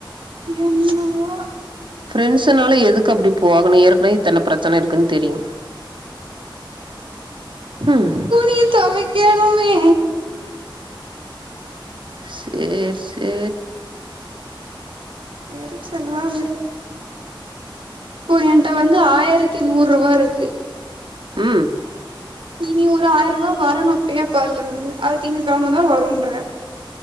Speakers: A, on the right; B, on the right.
A: என்னவோ
B: பிரெண்ட்ஸூனாலு எதுக்கு அப்படி போகணு ஏற்கனவே இத்தன பிரச்சன இருக்குன் தெரியு ம்.
A: துணி தொவைக்கணுமே.
B: செரி செரி.
A: எரிச்சல் ஆவரு. போ என்ட வந்து ஆயிரத் தி நூறுவா இருக்கு
B: ம்
A: இனி ஒரு ஆயிர் ரூவா வரணு பேப்பால்ல இருந்து அது திங்க கிழமதா வருன்ற.